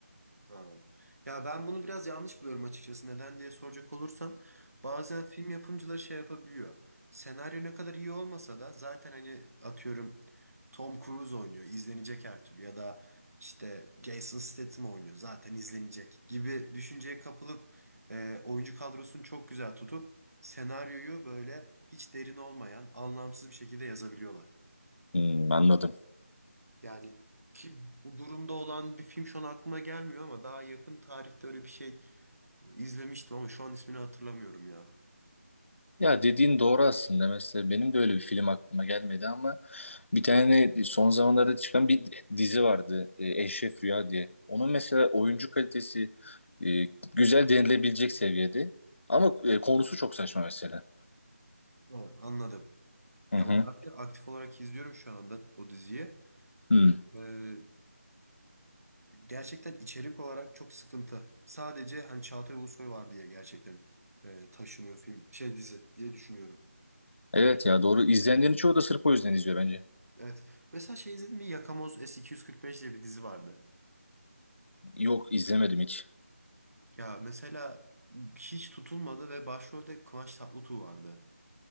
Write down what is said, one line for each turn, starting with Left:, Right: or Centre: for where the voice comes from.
Right: Ha. Ya ben bunu biraz yanlış buluyorum açıkçası. Neden diye soracak olursan bazen film yapımcıları şey yapabiliyor. Senaryo ne kadar iyi olmasa da zaten hani atıyorum Tom Cruise oynuyor izlenecek her türlü ya da işte Jason Statham oynuyor zaten izlenecek gibi düşünceye kapılıp e, oyuncu kadrosunu çok güzel tutup senaryoyu böyle hiç derin olmayan anlamsız bir şekilde yazabiliyorlar.
Left: Hmm, anladım.
Right: Yani ki bu durumda olan bir film şu an aklıma gelmiyor ama daha yakın tarihte öyle bir şey İzlemiştim ama şu an ismini hatırlamıyorum ya.
Left: Ya dediğin doğru aslında. Mesela benim de öyle bir film aklıma gelmedi ama Bir tane son zamanlarda çıkan bir dizi vardı e, Eşref Rüya diye. Onun mesela oyuncu kalitesi e, güzel denilebilecek seviyede. Ama e, konusu çok saçma mesela.
Right: Ha, anladım.
Left: Hı
Right: Ya
Left: hı.
Right: onu ben de aktif olarak izliyorum şu anda o diziyi.
Left: Hı.
Right: Ee, gerçekten içerik olarak çok sıkıntı. Sadece hani Çağatay Ulusoy var diye gerçekten e, taşınıyor film şey dizi diye düşünüyorum.
Left: Evet ya doğru. İzleyenlerin çoğu da sırf o yüzden izliyor bence.
Right: Evet. Mesela şey izledim mi? Yakamoz S245 diye bir dizi vardı.
Left: Yok izlemedim hiç.
Right: Ya mesela hiç tutulmadı ve başrolde Kıvanç Tatlıtuğ vardı.